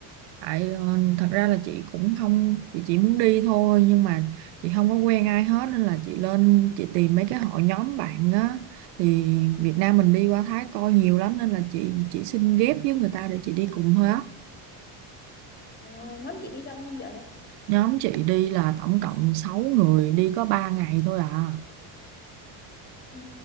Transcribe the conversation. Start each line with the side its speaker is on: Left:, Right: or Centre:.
Right: Tại ờ, thật ra là chị cũng không chị chỉ muốn đi thôi nhưng mà chị không có quen ai hết nên là chị lên chị tìm mấy cái hội nhóm bạn á thì Việt Nam mình đi qua Thái coi nhiều lắm nên là chị chỉ xin ghép với người ta để chị đi cùng thôi á
Left: Ờ, nhóm chị đi đông không vậy?
Right: nhóm chị đi là tổng cộng sáu người đi có 3 ngày thôi à
Left: Ừ,